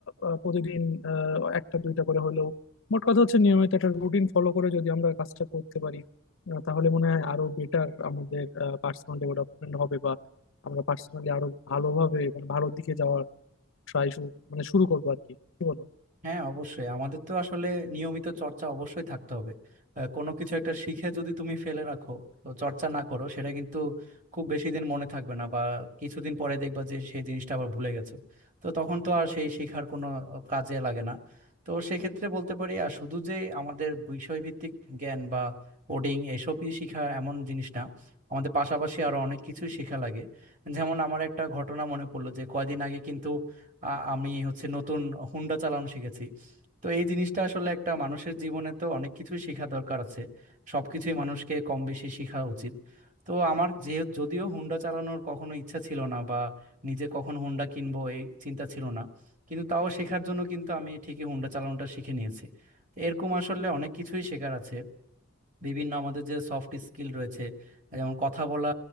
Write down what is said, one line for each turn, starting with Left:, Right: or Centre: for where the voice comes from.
Left: আহ, প্রতিদিন আহ, একটা দুইটা করে হলেও মোট কথা হচ্ছে নিয়মিত একটা রুটিন ফলো করে যদি আমরা কাজটা করতে পারি আহ, তাহলে মনে হয় আরো বেটার আমাদের পার্সোনাল ডেভেলপমেন্ট হবে বা আমরা পার্সোনালি আরো ভালোভাবে মানে ভালোর দিকে যাওয়ার ট্রাই শুরু মানে শুরু করবো আর কি কি বলো
Right: হ্যাঁ অবশ্যই আমাদের তো আসলে নিয়মিত চর্চা অবশ্যই থাকতে হবে আহ, কোনো কিছু একটা শিখে যদি তুমি ফেলে রাখো তো চর্চা না করো সেটা কিন্তু খুব বেশি দিন মনে থাকবে না বা কিছুদিন পরে দেখবা যে সেই জিনিসটা আবার ভুলে গেছো তো তখন তো আর সেই শেখার কোনো কাজে লাগে না তো সেক্ষেত্রে বলতে পারি আর শুধু যে আমাদের বিষয়ভিত্তিক জ্ঞান বা কোডিং এসবই শেখা এমন জিনিস না আমাদের পাশাপাশি আরো অনেক কিছুই শেখা লাগে যেমন আমার একটা ঘটনা মনে পড়লো যে কয়দিন আগে কিন্তু আ- আমি হচ্ছে নতুন হুন্ডা চালানো শিখেছি তো এই জিনিসটা আসলে একটা মানুষের জীবনে তো অনেক কিছুই শেখা দরকার আছে সব কিছুই মানুষকে কম বেশি শেখা উচিত তো আমার যে যদিও হুন্ডা চালানোর কখনো ইচ্ছা ছিল না বা নিজে কখন হুন্ডা কিনবো এই চিন্তা ছিল না কিন্তু তাও শেখার জন্য কিন্তু আমি ঠিকই হুন্ডা চালানোটা শিখে নিয়েছি এরকম আসলে অনেক কিছুই শেখার আছে বিভিন্ন আমাদের যে সফট স্কিল রয়েছে যেমন কথা বলা